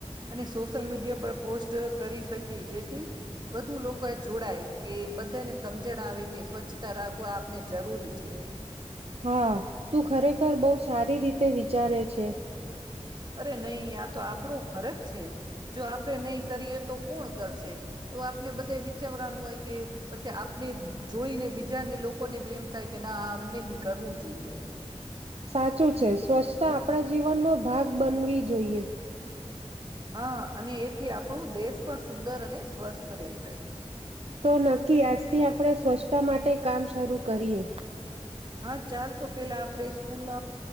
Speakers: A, on the right (about 40°); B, on the right (about 60°).
A: અને સોશિયલ મીડિયા પર પોસ્ટ કરી શકીએ જે <inaudible> વધુ લોકો એ જોડાય કે બધાને સમજણ આવે કે સ્વચ્છતા રાખવા આપને જરૂરી છે
B: હા, તું ખરેખર બહુ સારી રીતે વિચારે છે
A: અરે નહી, આ તો આપણું ફરજ છે જો આપડે નહી કરીએ તો કોણ કરશે, તો આપને બધે વિચારવાનું હોય કે પછી આપને જોઈને બીજાને લોકોને બી એમ થાય કે ના અમને બી કરવું જોઈએ
B: સાચું છે સ્વચ્છતા આપણા જીવનનો ભાગ બનવી જોઈએ
A: હા, અને એથી આપણું દેશ પણ સુંદર અને સ્વસ્થ રહેશે
B: તો નક્કી, આજથી આપણે સ્વચ્છતા માટે કામ શરૂ કરીએ
A: હા, ચાલ તો પેલા આપણેે સ્કૂલ,